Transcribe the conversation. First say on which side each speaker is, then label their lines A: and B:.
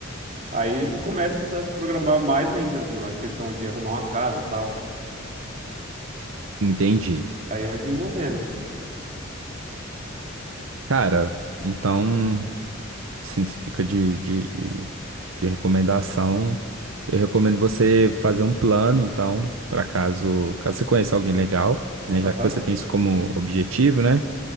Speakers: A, on the right; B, on the right.
A: Aí já começa a se programar mais ainda na questão de arrumar uma casa tal.
B: Entendi.
A: Aí vai desenvolvendo.
B: Cara, então, assim, se fica de, de, de de recomendação, eu recomendo você fazer um plano, então, para caso, caso você conheça alguém legal, né, já
A: Aham,
B: que você tem isso como objetivo, né,